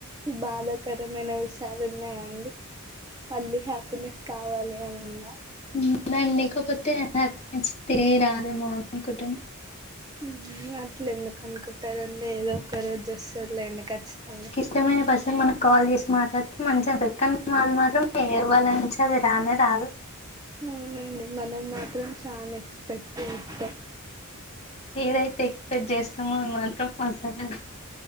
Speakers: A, on the right; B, on the left.
A: బాధాకరమైన విషయాలు ఉన్నాయా అండి మళ్ళీ హ్యాపీనెస్ కావాలి అని ఉందా
B: మ్ ల్య అండి లెకపోతే హ్యాపీనెస్ తిరిగి రాదేమో అనుకుంటను
A: మ్ అట్ల ఎందుకు అనుకుంటారండి ఏదో ఒక రోజు జస్తది లేండి కచ్చితంగా
B: ముఖ్యమైన పర్సన్ మనక్ కాల్ చేసి మాట్లాడితే మంచిగా అనిపిస్తది కాని వాళ్ళ మాత్రం వేరే వాళ్ళనుంచి అది రానే రాదు
A: అవునండి మనం మాత్రం చానా ఎక్స్పెక్ట్ చేతాం
B: ఏదైతే ఎక్స్పెక్ట్ చేస్తమో అది మాత్రం అసలు